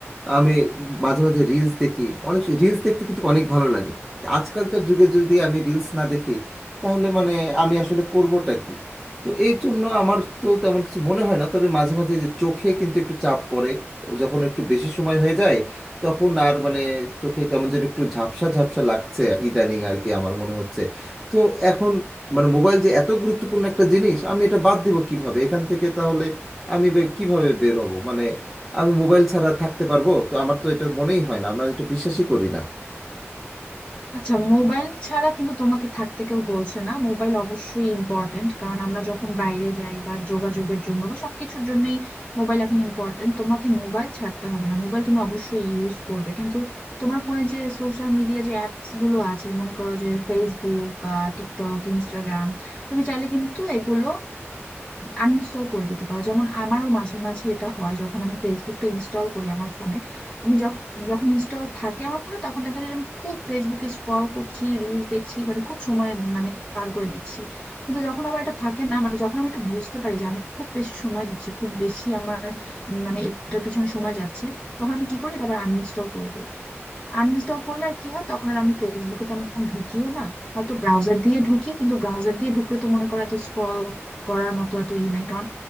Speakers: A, in the centre; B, on the left.
A: আমি মাঝে মাঝে রিলস দেখি অনেক রিলস দেখতে কিন্তু অনেক ভালো লাগে তা আজকালকার যুগে যদি আমি রিলস না দেখি তাহলে মানে আমি আসলে করবোটা কি তো এই জন্য আমার তো তেমন কিছু মনে হয় না তবে মাঝে মাঝে যে চোখে কিন্তু একটু চাপ পড়ে যখন একটু বেশি সময় হয়ে যায় তখন আর মানে চোখে কেমন যেন একটু ঝাপসা ঝাপসা লাগছে ইদানিং আর কি আমার মনে হচ্ছে তো এখন মানে মোবাইল যে এত গুরুত্বপূর্ণ একটা জিনিস আমি এটা বাদ দেবো কিভাবে এখান থেকে তাহলে আমি বে- কিভাবে বের হব মানে আমি মোবাইল ছাড়া থাকতে পারবো তো আমার তো এটা মনেই হয় না আমি এটা বিশ্বাসই করি না
B: আচ্ছা মোবাইল ছাড়া কিন্তু তোমাকে থাকতে কেউ বলছে না মোবাইল অবশ্যই ইম্পর্টেন্ট কারণ আমরা যখন বাইরে যাই বা যোগাযোগের জন্য বা সবকিছুর জন্যই মোবাইল এখন ইম্পর্টেন্ট তোমাকে মোবাইল ছাড়তে হবে না মোবাইল তুমি অবশ্যই ইউজ করবে কিন্তু তোমার ফোনে যে সোশ্যাল মিডিয়া যে অ্যাপস গুলো আছে মনে করো যে ফেসবুক বা টিকটক ইনস্টাগ্রাম তুমি চাইলে কিন্তু এগুলো আনইনস্টল করে দিতে পারো যেমন আমারও মাঝে মাঝে এটা হয় যখন আমি ফেসবুকটা ইনস্টল করি আমার ফোনে আমি যখ- যখন ইনস্টল থাকে আমার ফোনে তখন দেখা যায় যে আমি খুব ফেসবুকে স্ক্রল করছি রিলস দেখছি মানে খুব সময় মানে পার করে দিচ্ছি কিন্তু যখন আবার এটা থাকে না মানে যখন আমি এটা বুঝতে পারি যে আমি খুব বেশি সময় দিচ্ছি খুব বেশি আমার উম, মানে এটার পিছনে সময় যাচ্ছে তখন আমি কি করি এটা আবার আনইনস্টল করে দিই আনইনস্টল করলে আর কি হয় তখন আর আমি ফেসবুকে তেমন ঢুকিও না হয়তো ব্রাউজার দিয়ে ঢুকি কিন্তু ব্রাউজার দিয়ে ঢুকলে তো মনে করো এত স্ক্রল করার মতো এত ই নাই কারণ